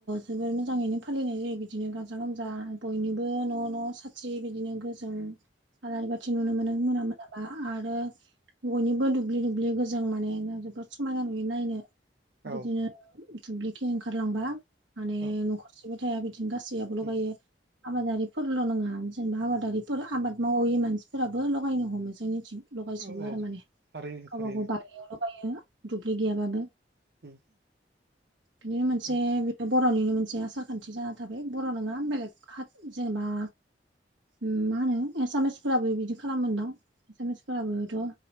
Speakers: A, on the right (about 85°); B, on the right (about 60°).
A: जोबोर मोजाङै नो फालिनाय जायो बिदिनो गाजा गोमजा। बयनिबो न' न' साथि बिदिनो गोजों। आलारि बाथि नुनो मोनो मोना मोनाबा आरो। बयनिबो दुब्लि दुब्लि गोजां माने जोबोद समायना नुयो नायनो
B: औ
A: बिदिनो दुब्लिखि ओंखारलांबा माने
B: औ
A: न'खरसेबो थाया बिदिनो गासैयाबो लगायो।
B: उम
A: आबादारिफोरल' नङा जेनेबा आबादारिफोर आबाद मावैै मानसिफोराबो लगायनो हमो जोंनिथिं। लगायजोबो
B: औ औ
A: आरो माने
B: थारैनो
A: गावबा
B: थारैनो
A: गाव बारियाव लगायो दुब्लि गैयाबाबो।
B: उम।
A: बिनो मोनसे
B: उम
A: <inaudible> बर'निनो मोनसे आसार खान्थि जाना थाबाय बर' नङा बेलेग हात जेनेबा ओम मा होनो एसामिसफोराबो बिदि खालामोनदां एसामिस फोराबोथ'